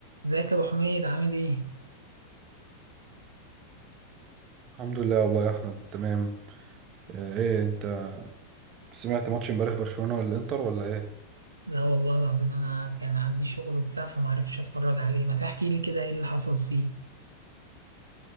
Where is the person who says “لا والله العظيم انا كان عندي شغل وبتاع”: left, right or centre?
Right